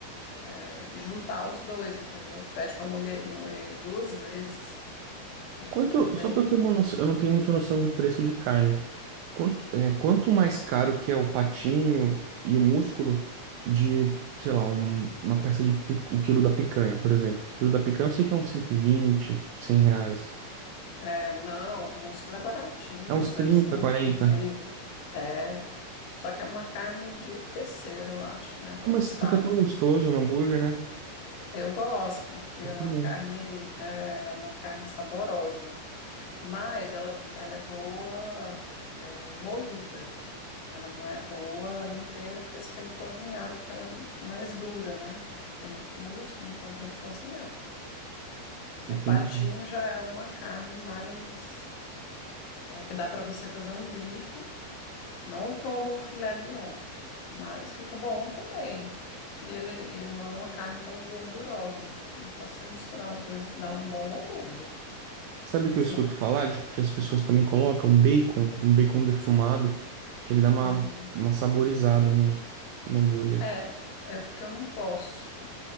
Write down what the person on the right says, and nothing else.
Quanto,
só pra eu ter uma noção, eu não tenho muita noção de preço de carne. Quanto, é, quanto mais caro que é o patinho e o músculo de, sei lá, um- uma peça de pi- o quilo da picanha, por exemplo. O quilo da picanha eu sei que é uns 120 100 reais.
É uns trinta
quarenta
Ah,
mas
fica
tão gostoso no hambúrguer, né?
Eu
também.
Entendi.
Sabe
o que eu escuto falar de que as pessoas também colocam bacon, um bacon defumado, que ele dá uma,
uma saborizada no, no hambúrguer.